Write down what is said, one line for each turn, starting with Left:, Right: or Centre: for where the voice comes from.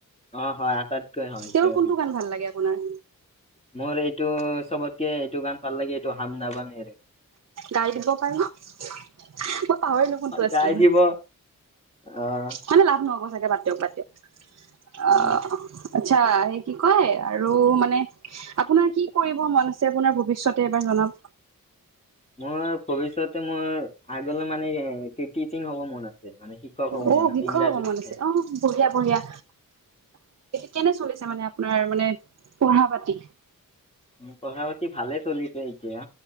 Left: অ', হয় আটাইতকৈ হয়
Right: তেওঁৰ
Left: প্ৰিয়
Right: কোনটো গান ভাল লাগে আপোনাৰ?
Left: মোৰ এইটো চবতকে এইটো গান ভাল লাগে এইটো হাম নাবামি।
Right: গাই দিব পাৰি নে? মই পাহৰিলো কোনটো আছিলে?
Left: গাই দিব অ',
Right: মানে লাভ নহ'ব চাগে বাদ দিয়ক, বাদ দিয়ক।
Left: উম।
Right: অ' আচ্ছা, সেই কি কয় আৰু মানে আপোনাৰ কি কৰিব মন আছে আপোনাৰ ভৱিষ্যতে এবাৰ জনাওক।
Left: মোৰ ভৱিষ্যতে মোৰ আগলৈ মানে টিচিং হ'ব মন আ ছে মানে শিক্ষক হ'ব
Right: অ'
Left: মন আছে
Right: শিক্ষক
Left: ইংৰাজী
Right: হ'ব
Left: শিক্ষক।
Right: মন আছে অ' বঢ়িয়া বঢ়িয়া, কেনে চলিছে মানে আপোনাৰ মানে পঢ়া-পাতি?
Left: পঢ়া পাতি ভালে চলিছে এতিয়া।